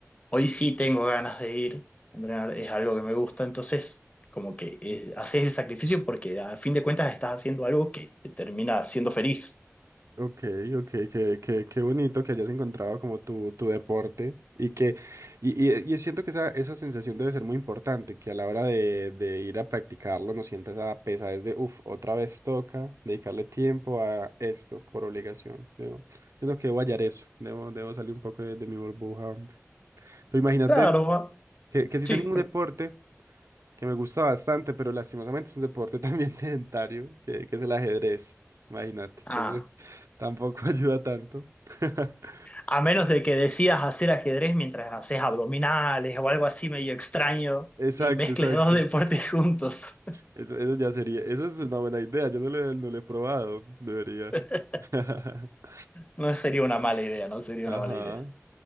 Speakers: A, on the left; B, on the right.
A: hoy sí tengo ganas de ir a entrenar, es algo que me gusta, entonces... Como que eh, haces el sacrificio porque a fin de cuentas estás haciendo algo que te termina haciendo feliz.
B: ok, ok, qué, qué, qué bonito que hayas encontrado como tu, tu deporte y que, y, y, y siento que esa, esa sensación debe ser muy importante, que a la hora de, de ir a practicarlo no sientas esa pesadez de, uff, otra vez toca dedicarle tiempo a esto por obligación. Yo siento que debo hallar eso, debo, debo salir un poco de, de mi burbuja, hombre. Pero imagínate
A: Claro,
B: que, que si
A: sí,
B: tengo un
A: pero-
B: deporte que me gusta bastante, pero lastimosamente es un deporte también <laughs> sedentario, que, que es el ajedrez, imagínate.
A: ah,
B: Entonces, tampoco <laughs> ayuda tanto. <laughs>
A: a menos de que decidas hacer ajedrez mientras haces abdominales o algo así medio extraño
B: Exacto,
A: y mezcles
B: exacto.
A: dos deportes juntos.
B: Eso, eso ya sería, eso es una buena idea, yo no lo, he- no lo he probado, debería.
A: <laughs>
B: <laughs>
A: No sería una mala idea, no sería
B: Ajá.
A: una mala idea.